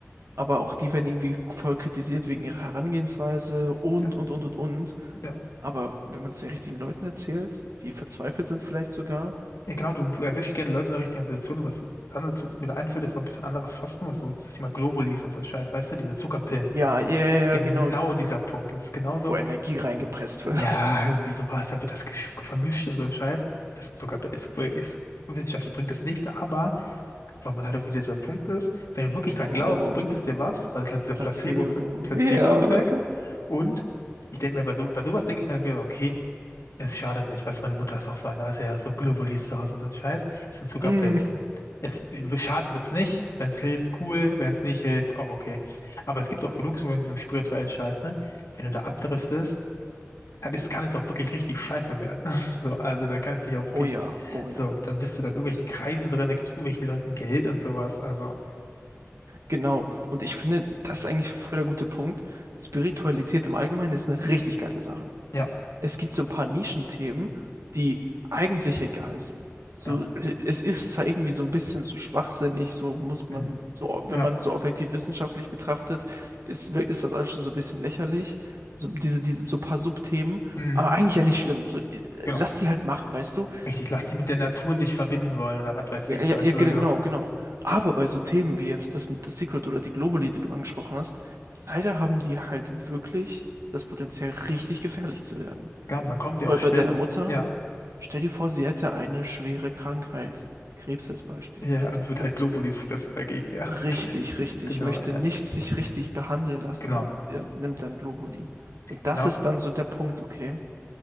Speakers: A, on the right (about 75°); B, on the left (about 70°).
A: aber auch die werden irgendwie voll kritisiert wegen ihrer Herangehensweise und,
B: ja,
A: und, und, und, und.
B: ja.
A: Aber wenn man es den richtigen Leuten erzählt, die verzweifelt sind vielleicht sogar.
B: Ja, genau, du, du erwischst gerne Leute in der richtigen Situation. Was dann dazu mir da einfällt, ist noch ein bisschen anderes Fasten, was sowas, das Thema Globulis und so ein Scheiß, weißt du, diese Zuckerpillen.
A: Ja, ja, ja,
B: Das ist genau
A: ja, genau,
B: dieser Punkt. Das ist genauso,
A: wo Energie reingepresst wird.
B: ja,
A: <laughs>
B: irgendwie sowas, dann wird das gesch- vermischt und so ein Scheiß. Das ist Zuckerpillen. Ist, ist, wissenschaftlich bringt das nicht, aber weil man halt auch wieder dieser Punkt ist, wenn du wirklich dran
A: Oh,
B: glaubst, bringt es dir was, weil es halt dieser
A: Placebo.
B: Placebo-Effekt, Placebo-Effekt.
A: Ja.
B: Und ich denke mir, bei, so, bei sowas denke ich mir dann wieder, okay, es schadet nicht, weißt du, meine Mutter ist auch so eine, weißt du, ja, so Globulis zu Hause und so ein Scheiß. Es
A: <laughs>
B: sind Zuckerpillen.
A: Mm.
B: Es, schaden wird's nicht. Wenn's hilft, cool. Wenn's nicht hilft, auch okay. Aber es gibt auch genug so in diesem spirituellen scheiße Wenn du da abdriftest, dann ist, kann es auch wirklich richtig scheiße werden. <laughs> So, also da kann es dich auch wirklich,
A: Oh ja, oh
B: so,
A: ja.
B: dann bist du dann in irgendwelchen Kreisen drin, da gibst irgendwelchen Leuten Geld und sowas. Also,
A: Genau. Und ich finde, das ist eigentlich voll der gute Punkt. Spiritualität im Allgemeinen ist eine richtig geile Sache.
B: ja,
A: Es gibt so ein paar Nischenthemen, die eigentlich egal sind. So,
B: ja,
A: es ist zwar irgendwie so ein bisschen zu schwachsinnig, so muss man,
B: mm,
A: so, wenn
B: ja,
A: man es so objektiv wissenschaftlich betrachtet, ist, ist das alles schon so ein bisschen lächerlich. So, diese, diese, so ein paar Subthemen,
B: mm,
A: aber eigentlich ja nicht schlimm. So, äh,
B: genau.
A: lass die halt machen, weißt du?
B: Richtig, lass sie mit der Natur sich verbinden wollen oder was weiß
A: Ja,
B: ich,
A: ja,
B: weißt
A: ja,
B: du
A: gen-
B: so genau.
A: genau, genau. Aber bei so Themen wie jetzt das mit The Secret oder die Globally, die du angesprochen hast, leider haben die halt wirklich das Potenzial, richtig gefährlich zu werden.
B: Ja, man kommt ja
A: Weil
B: auch schnell,
A: bei deiner Mutter,
B: ja.
A: stell dir vor, sie hätte eine schwere Krankheit, Krebs als Beispiel,
B: Ja, wird
A: und
B: halt Globulis fressen dagegen, ja.
A: richtig, richtig,
B: Genau,
A: möchte
B: ja.
A: nicht sich richtig behandeln lassen,
B: Genau,
A: äh, nimmt dann Globally. Und
B: genau.
A: das ist dann so der Punkt, okay,